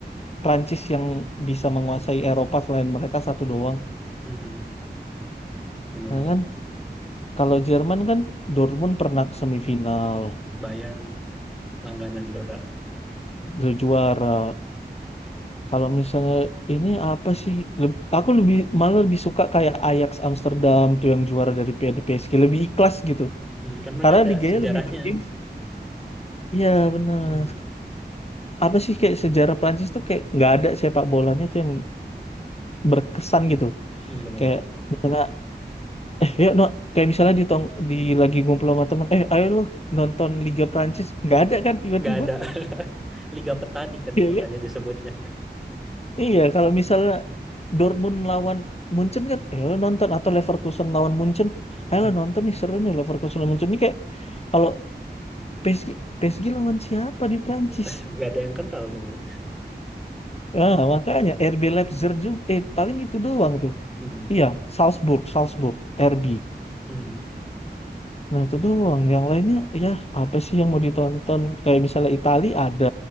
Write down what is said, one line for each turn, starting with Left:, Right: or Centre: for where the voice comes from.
Left: Prancis yang bisa menguasai Eropa selain mereka satu doang.
Centre: Hmm. Benar-benar.
Left: Nah kan kalau Jerman kan Dortmund pernah ke semifinal,
Centre: Bayern langganan juga.
Left: Bayern juara. Kalau misalnya ini apa sih? Leb- aku lebih malah lebih suka kayak Ajax Amsterdam tuh yang juara dari P- PSG lebih ikhlas gitu.
Centre: Hmm. Kan mereka
Left: Karena
Centre: ada
Left: liganya
Centre: sejarahnya.
Left: lebih bergengsi. Iya benar.
Centre: Hmm.
Left: Apa sih kayak sejarah Prancis tuh kayak nggak ada sepak bolanya tuh yang berkesan gitu.
Centre: Hmm, Benar-benar.
Left: Kayak misalnya eh yuk no kayak misalnya di tong di lagi ngumpul sama teman eh ayo lo nonton Liga Prancis nggak ada kan tiba-tiba.
Centre: Gak ada
Left: <laughs>
Centre: <laughs> Liga Petani kan
Left: Iya
Centre: makanya
Left: kan?
Centre: disebutnya.
Left: Iya, kalau misalnya Dortmund lawan Munchen kan, ayo nonton atau Leverkusen lawan Munchen, ayo
Centre: Hmm.
Left: nonton nih seru nih Leverkusen lawan Munchen. Ini kayak kalau PSG PSG lawan siapa di Prancis?
Centre: <laughs> Gak ada yang kental timnya.
Left: Nah, makanya RB Leipzig juga, eh paling itu doang tuh.
Centre: Hmm.
Left: Iya, Salzburg, Salzburg, RB.
Centre: Hmm.
Left: Nah itu doang. Yang lainnya, ya apa sih yang mau ditonton? Kayak misalnya Itali ada